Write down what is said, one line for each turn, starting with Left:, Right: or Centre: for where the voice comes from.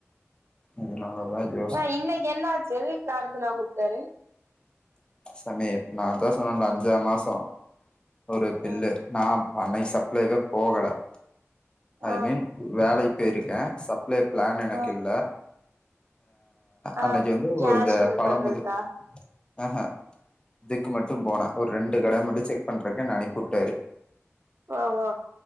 Left: அதுனாலதா யே
Right: ஏ இன்னைக்கு என்னாச்சு ஏ எதுக் கார்த்தினா கூப்டாரு
Left: சாமி நாதா சொன்னேன்ல அஞ்சாறு மாசோ ஒரு பில்லு
Right: ம்
Left: நா பண்ணை சப்ளைகே போகல ஐ
Right: ஆ
Left: மீன் வேலைக் போயிருக்கே சப்ளே பிளான் எனக்கில்ல
Right: ஆ ஆ
Left: அன்னைக்கு வந்து
Right: கேஷ்
Left: ஒரு இந்த பழம்
Right: பண்றதுக்கா
Left: இது ஆ ஹா இதுக்கு மட்டு போனே ஒரு ரெண்டு கட மட்டு செக் பண்றக்கு நானே கூப்டாரு
Right: ஓ ஓ